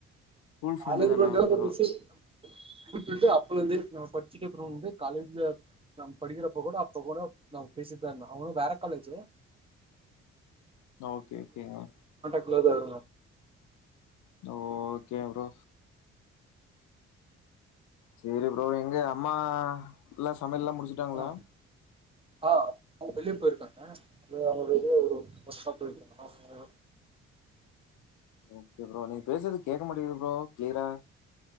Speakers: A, on the left; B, on the right.
A: ஸ்கூல் ஃப்ரெண்டு
B: காலேஜ்
A: தானா
B: ஃப்ரெண்டேல்லா
A: பரவா
B: இப்போ பிசி <unintelligible> ஸ்கூல்லந்து நம்ம படிச்சுட்டு அப்புறம் வந்து காலேஜ்ல நம் படிக்கிறப்ப கூட அப்ப கூட நாங் பேசிட்டு தா இருந்தோ அவனும் வேற காலேஜி
A: ஓகே ஓகேங்க
B: க்ளோஸ் ஆறோ
A: ஓகே ப்ரோ செரி ப்ரோ எங்க அம்மா எல்லா ஸ் சமையல்லா முடிச்சிட்டாங்களா
B: ஆ ஆ அவங்க வெளிய போயிருக்காங்க <unintelligible> வெளிய ஒரு <unintelligible>
A: ஓகே ப்ரோ நீங்க பேசுறது கேக்க மாட்டிங்குது ப்ரோ க்ளியரா